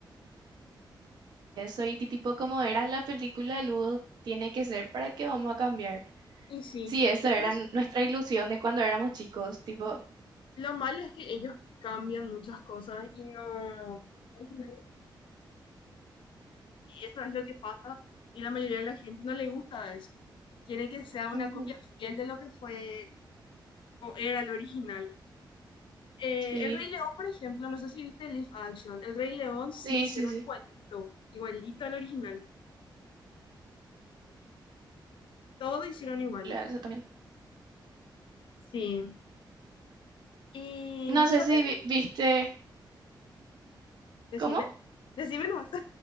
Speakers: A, on the right; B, on the left.
A: eso, y ti- tipo, como era la película, luego tiene que ser para que vamos a cambiar.
B: Y sí,
A: Sí, eso
B: ellos,
A: era n- nuestra ilusión de cuando éramos chicos, tipo,
B: lo malo es que ellos cambian muchas cosas y no, al final, y eso es lo que pasa y la mayoría de la gente no le gusta eso. Quiere que sea una
A: ujú,
B: copia fiel de lo que fue o era el original. Eh,
A: sí,
B: El Rey León, por ejemplo, no sé si viste el live action, El Rey León sí
A: sí,
B: hicieron
A: sí, sí,
B: igualito, igualito al original, todo hicieron igual.
A: la- esa también.
B: Sí, y
A: No
B: no sabía,
A: sé si vi- viste,
B: decime,
A: ¿cómo?
B: decime nomás. <laughs>